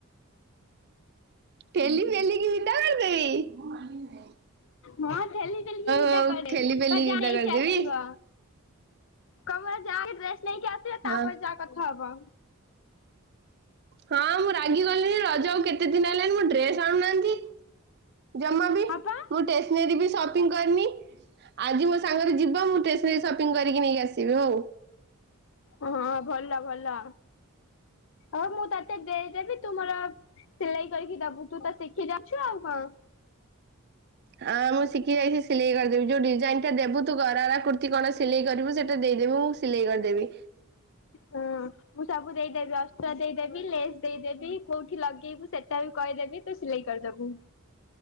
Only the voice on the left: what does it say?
ମଁ ଲି େଲିକ ସିଧା
କରେ
ତ ଯାଣ
ହେଇକି
ଆସିବ। କମରା ଯାହା ଡ୍ରେସ ନେଇକି ଆସିବେ ତାପରେ
ଯାହା କଥା ହବ।
ହଁ ପା
ହଁ ଭଲ ଭଲ। ଆ ମୁଁ ତତେ ଦେଇଦେବି ତୁମର ସିଲେଇ କରିକି ଦବୁ ତୁ ତ ଶିଖି ଯାଉଛୁ ଆଉ କଣ।
ହଁ। ମୁଁ ସବୁ ଦେଇଦେବି ଅସ୍ତ୍ର ଦେଇଦେବି ଲେସ୍ ଦେଇଦେବି କୋଉଠି ଲଗେଇବୁ ସେଟା ବି କହିଦେବି। ତେ ସିଲେଇ କରିଦବୁ।